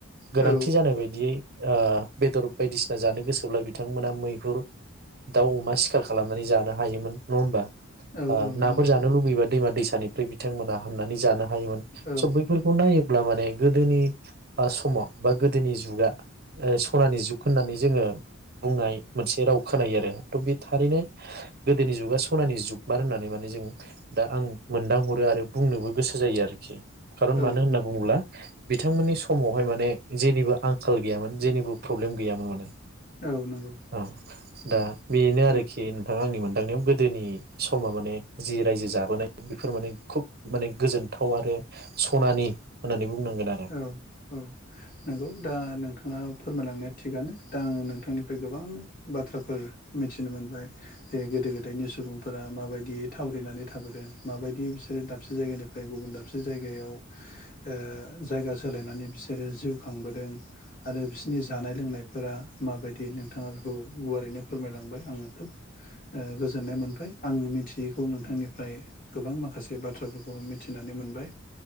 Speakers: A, on the right; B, on the left.
A: गोनांथि
B: औ
A: जानाय बायदियै ओ बेदर बायदिसिना जानो गोसोब्ला बिथांमोना मैहुर दाउ अमा सिखार खालामनानै जानो हायोमोन नङा होमबा?
B: औ
A: ओ नाफोर
B: नंगौ
A: जानो लुुबैबा दैमा दैसा निफ्राय बिथांमोना हाननानै जानो हायोमोन
B: औ
A: स बैफोरखौ नायोब्ला माने गोदोनि ओ समाव बा गोदोनि जुगा ओ सनानि जुग होननानै जोङो बुंनाय मोनसे राव खोनायो आरो थ' बे थारैनो गोदोनि जुगा सनानि जुग। बार होननानै माने जों दा आं मोनदां हरो आरो बुंनोबो गोसो जायो आरोखि खारन
B: औ
A: मानो होनना
B: औ
A: बुङोब्ला बिथांमोननि <unintelligible> समावहाय माने जेनिबो आंखाल गैयामोन जेनिबो प्रब्लेम गैयामोन माने।
B: औ नंगौ
A: औ दा बेनो आरोखि
B: उम
A: नोंथाङा आंनि मोन लांनायाव गोदोनि समा माने जि रायजो जाबोनाय बेफोर माने खुब माने गोजोनथाव आरो सनानि होननानै बुंनांगोन आरो।
B: औ औ नंगौ दा नोंथाङा फोरमायलांनाया थिगानो दा आङो नों थांनिफ्राय गोबां बाथ्राफोर मिथिनो मोनबाय जे गोदो गोदायनि सुबुंफोरा माबायदि थावरिनानै थाबोदों माबायदि बिसोरो दाबसे जायगानिफ्राय गुबुन दाबसे जायगायाव ओ जायगा सोलायनानै बिसोरो जिउ खांबोदों आरो बिसोरनि जानाय लोंनायफोरा माबायदि नोंथाङा बेखौ गुवारैनो फोरमायलांबाय आङो खोब ओ गोजोननाय मोनबाय आं मिथियैखौ नोंथांनिफ्राय गोबां माखासे बाथ्राफोरखौ मिथिनानै मोनबाय